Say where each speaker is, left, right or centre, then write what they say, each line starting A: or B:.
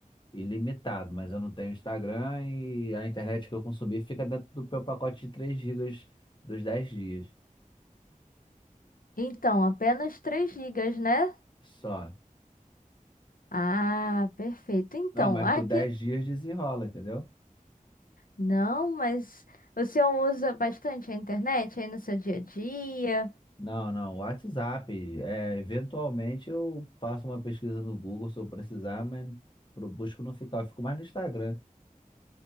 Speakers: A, on the left; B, on the left.
A: ilimitado, mas eu não tenho Instagram e a internet que eu consumi fica dentro do meu pacote de 3 gigas dos dez dias
B: Então, apenas 3 gigas, né?
A: só.
B: Ah, perfeito. Então,
A: Não, mas
B: aqui.
A: por 10 dias desenrola, entendeu?
B: Não, mas o senhor usa bastante a internet aí no seu dia a dia?
A: Não, não, WhatsApp. É, eventualmente eu faço uma pesquisa no Google se eu precisar, mas pro busco não ficar, eu fico mais no Instagram.